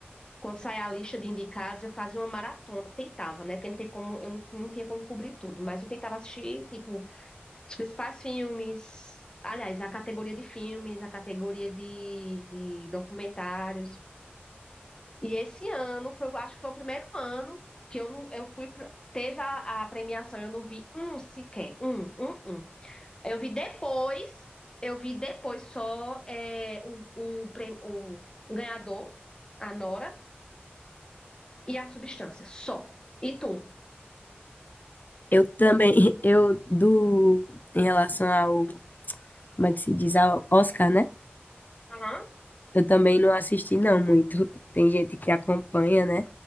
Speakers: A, on the left (about 20°); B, on the left (about 45°).
A: Quando saía a lista de indicados, eu fazia uma maratona. Tentava, né? Porque não tem como, eu não, não tinha como cobrir tudo. Mas eu tentava assistir, tipo, os principais filmes. Aliás, a categoria de filmes, a categoria de, de documentários. E esse ano, foi, eu acho que foi o primeiro ano que eu não, eu fui, pra- teve a, a premiação, eu não vi um sequer, um, um, um. Eu vi depois, eu vi depois só é, o, o, pre- o ganhador, a Nora, e a substância, só. E tu?
B: Eu também, <laughs> eu do, em relação ao, como é que se diz, ao Oscar, né?
A: Uhum.
B: Eu também não assisti não muito. <laughs> Tem gente que acompanha, né?